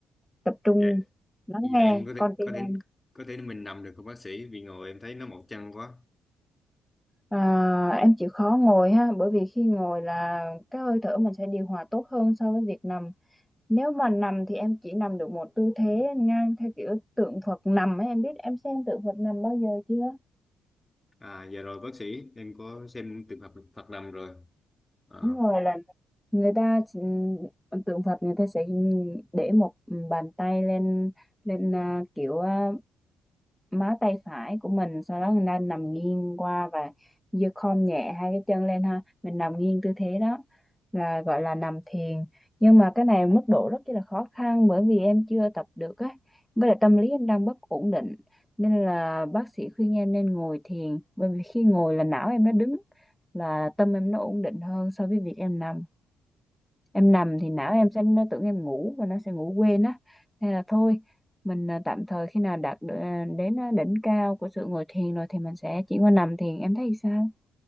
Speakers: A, in the centre; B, on the left.
A: tập trung
B: Vậy,
A: lắng
B: giờ
A: nghe
B: em có thể,
A: con tim
B: có thể
A: em
B: có thể mình nằm được không bác sĩ vì ngồi em thấy nó mỏi chân quá.
A: à, em chịu khó ngồi ha bởi vì khi ngồi là cái hơi thở mình sẽ điều hòa tốt hơn so với việc nằm nếu mà nằm thì em chỉ nằm được một tư thế ngang theo kiểu tượng Phật nằm ấy em biết em xem tượng Phật nằm bao giờ chưa
B: À giờ rồi bác sĩ, em có xem trường hợp Phật nằm rồi. À,
A: đúng rồi là người ta chỉ- tượng Phật người ta sẽ để một bàn tay lên lên à, kiểu à, má tay phải của mình sau đó người ta nằm nghiêng qua và giơ khom nhẹ hai cái chân lên ha mình nằm nghiêng tư thế đó là gọi là nằm thiền nhưng mà cái này mức độ rất là khó khăn bởi vì em chưa tập được ấy, với lại tâm lý em đang bất ổn định nên là bác sĩ khuyên em nên ngồi thiền bởi vì khi ngồi là não em nó đứng là tâm em nó ổn định hơn so với việc em nằm em nằm thì não em sẽ nó tưởng em ngủ và nó sẽ ngủ quên á nên là thôi mình à, tạm thời khi nào đạt được, à, đến à, đỉnh cao của sự ngồi thiền rồi thì mình sẽ chuyển qua nằm thiền em thấy sao